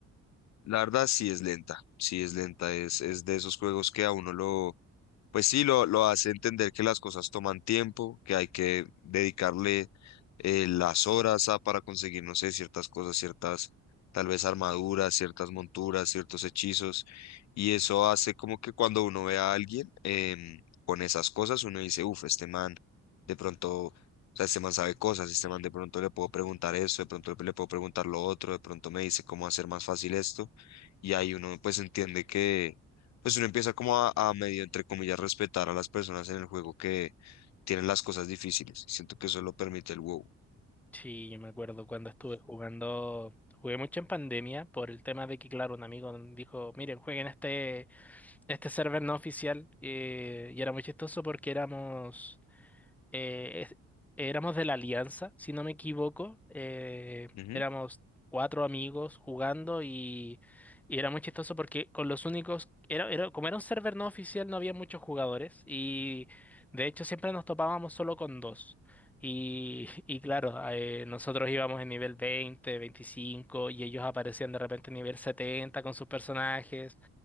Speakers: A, on the left (about 65°); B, in the centre.
A: La verdad sí es lenta. Sí es lenta. Es, es de esos juegos que a uno lo, Pues sí, lo, lo hace entender que las cosas toman tiempo, que hay que dedicarle eh, las horas a, para conseguir, no sé, ciertas cosas, ciertas, tal vez armaduras, ciertas monturas, ciertos hechizos. Y eso hace como que cuando uno ve a alguien em, con esas cosas, uno dice, uff, este man de pronto, o sea, este man sabe cosas, este man de pronto le puedo preguntar eso, de pronto le puedo preguntar lo otro, de pronto me dice cómo hacer más fácil esto. Y ahí uno pues entiende que pues uno empieza como a, a medio, entre comillas, respetar a las personas en el juego que tienen las cosas difíciles. Y siento que eso lo permite el WoW.
B: Sí, yo me acuerdo cuando estuve jugando, jugué mucho en pandemia por el tema de que, claro, un amigo dijo, miren, jueguen este, este server no oficial. eh, y era muy chistoso porque éramos eh, es- éramos de la Alianza, si no me equivoco. eh,
A: Ujú.
B: éramos cuatro amigos jugando y, y era muy chistoso porque con los únicos, era, era- como era un server no oficial, no había muchos jugadores y de hecho siempre nos topábamos solo con dos. Y, <laughs> y claro, eh, nosotros íbamos en nivel 20 25 y ellos aparecían de repente en nivel 70 con sus personajes